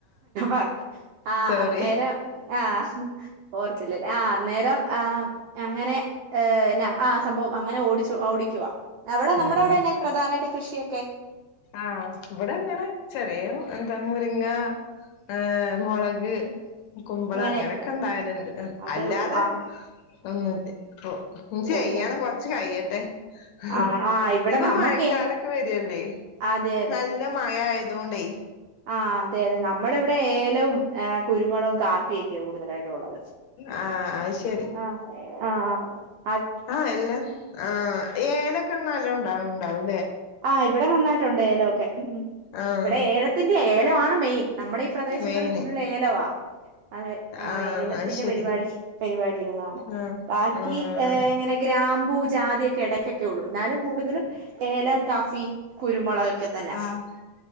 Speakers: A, on the right; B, on the left.
A: ആഹ് ആ
B: സോറി
A: അന്നേരം അനേരം ആഹ് ഓർത്തില്ലല്ലേ ആഹ് അന്നേരം ആഹ് അങ്ങനെ ഏന്നാ ആ സംഭവം അങ്ങനെ ഓടിച്ചു ഓടിക്കുവാ അവിടെ നമ്മുടെ
B: ഉം
A: അവിടെ
B: ഉം
A: തന്നെ പ്രധാനമായിട്ട് കൃഷിയൊക്കെ
B: ആഹ് ഇവിടെങ്ങനെ ചെറിയ ഇതങ്ങ് പിന്നെ ആ മുളക് കുമ്പളം
A: അങ്ങനെയൊക്കെയാ
B: അങ്ങനെയൊക്കെ ഇണ്ടാകലുണ്ട്.
A: അതേ
B: അല്ലാതെ
A: ഉള്ളൂ ആഹ്
B: ഒന്നുമില്ല ഓ ഇന്ന് ചെയ്യണം
A: ഓ ഓ
B: കൊറച്ചു കഴിയട്ടെ. ഹ്
A: ആഹ് ആഹ് ഇവിടെ
B: ഇപ്പൊ
A: നമ്മക്കേ
B: മഴക്കാലൊക്കെ വരുകയല്ലേ?
A: അതെ
B: നല്ല മഴയായതു കൊണ്ടേ
A: ആ അതെ അതെ നമ്മളിവിടെ ഏലവും ആഹ് കുരുമുളകും കാ കുപ്പിയൊക്കെയാ കൂടുതലായിട്ടുള്ളത്
B: ആഹ് അത് ശരി
A: ആ ആ ആ
B: ആഹ് എല്ലാം ആ ഏലക്കെണ്ണല്ലാം ഉണ്ടാവും ഉണ്ടാവൂല്ലേ?
A: ആ ഇവിടെ നന്നായിട്ടുണ്ട് ഏലമൊക്കെ, ഉം
B: ആഹ്
A: ഇവിടെ ഏലത്തിന്റെ, ഏലമാണ് മെയിൻ നമ്മുടെ ഈ പ്രദേശങ്ങൾ
B: മെയിന്
A: ഫുള്ള് ഏലവാ അതെ ആ
B: ആഹ്
A: ഏലത്തിന്റെ
B: അത് ശരി
A: പരിപാടി, പരിപാടികളാണ്
B: ആഹ്
A: ബാക്കി
B: ആഹ്
A: ഇങ്ങനെ ഗ്രാമ ഗ്രാമ്പൂ ജാതിയൊക്കെ ഇടയ്ക്കൊക്കെ ഉള്ളൂ. എന്നാലും കൂടുതലും ഏലം കാപ്പി കുരുമുളകൊക്കെത്തന്നാ
B: ആഹ്